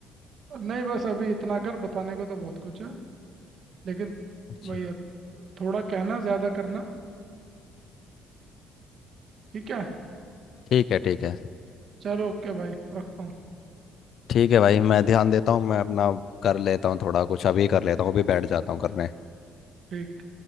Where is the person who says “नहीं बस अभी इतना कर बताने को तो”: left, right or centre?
Right